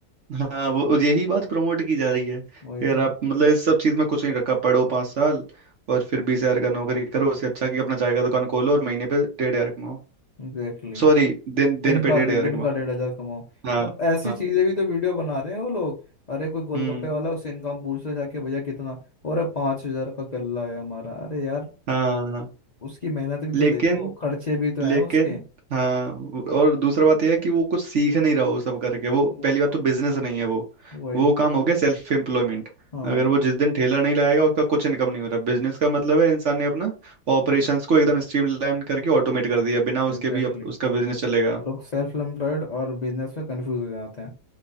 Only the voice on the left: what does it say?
वही
तो
एग्जैक्टली exactly.
दिन का
दिन
दिन
का डेढ़ हजार कमाओ
और ऐसी
चीजें भी तो वीडियो बना रहे हैं वो लोग अरे कोई गोलगप्पे
वाला उससे इनकम पूछ रहे जाके भैया कितना और पांच हजार का गल्ला है हमारा अरे यार
उसकी मेहनत भी
तो देखो खर्चे भी तो हैं
उसके
वही
तो
वही
हाँ
एग्जैक्टली
लोग सेल्फ एम्प्लॉयड और बिजनेस में कंफ्यूज हो जाते हैं